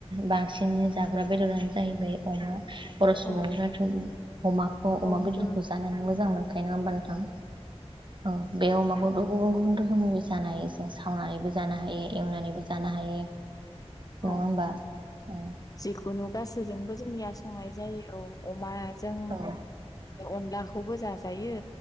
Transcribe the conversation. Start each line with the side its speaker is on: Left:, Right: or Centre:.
Right: बांसिन जाग्रा बेदरानो जाहैबाय अमा बर' सुबुंफ्राथ
Left: औ
Right: अमाखौ
Left: औ
Right: अमा बेदरखौ
Left: बर'
Right: जानानै मोजां मोनखायो नङा होमबा नोंथां औ बे अमाखौथ' गुबुन गुबुन रोखोमनिबो जानाय जों सावनानैबो जानो हायो एवनानैबो जानो हायो नङा
Left: औ
Right: होमबा उम
Left: जिखुनु गासैजोंबो जोंनिया संनाय जायो औ अमा जों
Right: औ
Left: अनलाखौबो जाजायो